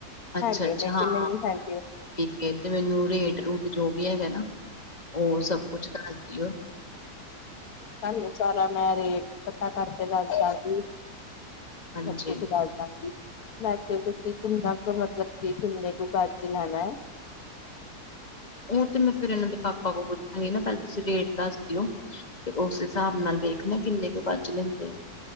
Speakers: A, on the left; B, on the left.
A: ਅੱਛਾ
B: ਹੈਗੇ
A: ਅੱਛਾ
B: ਨੇ ਕੇ,
A: ਹਾਂ
B: ਨਹੀਂ ਹੈਗੇ।
A: ਠੀਕ ਤੇ ਮੈਨੂੰ ਰੇਟ -ਰੂਟ ਜੋ ਵੀ ਹੈਗਾ ਨਾ, ਓ ਸਭ ਕੁਛ ਦੱਸ ਦਿਓ।
B: ਤਾਨੂੰ ਸਾਰਿਆਂ ਦਾ ਰੇਟ, ਪਤਾ ਕਰਕੇ ਦੱਸਦਾਂਗੀ,
A: ਹਾਂਜੀ
B: ਸਭ ਕੁੱਛ ਦੱਸ ਦਾਂਗੀ ਵੈਸੇ, ਤੁਸੀਂ ਕਿੰਨਾ ਕੁ ਮਤਲਬ, ਕਿ ਕਿੰਨੇ ਕੁ ਗੱਜ ਲੈਣਾ?
A: ਓ ਤੇ ਮੈਂ ਫਿਰ ਏਨਾਂ ਦੇ ਪਾਪਾ ਕੋਲ ਪੁੱਛਾਂਗੀ ਨਾ, ਪਹਿਲੇ ਤੁਸੀਂ ਰੇਟ ਦੱਸ ਦਿਓ। ਤੇ ਉਸ ਹਿਸਾਬ ਨਾਲ ਵੇਖਣਾ, ਕਿੰਨੇ ਕੁ ਗੱਜ ਦੇਂਦੇ ਆ।